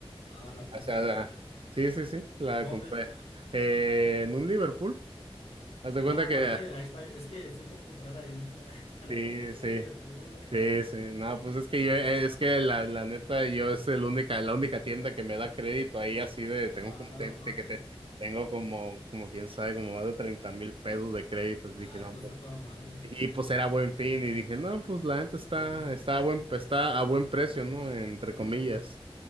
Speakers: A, on the left; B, on the right.
A: Ah, ¿la compraste
B: O sea,
A: aquí?
B: la- sí, sí, sí, la
A: ¿Dónde?
B: compré eh, en un Liverpool. Haz de
A: No,
B: cuenta
A: aparte,
B: que,
A: ahí está. Es que fue por comprar ahí. <laughs> Nadie
B: sí,
A: compra
B: sí.
A: en Liverpool, güey.
B: Sí, sí, no, pues es
A: <laughs>
B: que yo, eh, es que la, la neta, yo es el única, la única tienda que me da crédito ahí así de,
A: Ah,
B: tengo como, te-
A: no,
B: te-
A: entonces
B: que te-
A: sí.
B: tengo como, como quién sabe, como más de treinta mil pesos de créditos, dije,
A: Ah,
B: no,
A: todo
B: pues,
A: está toda madre.
B: y pues era buen fin, y dije, no, pues la neta está,
A: Sí, sí, sí.
B: está a buen, está a buen precio, ¿no? Entre comillas.
A: Sí, claro.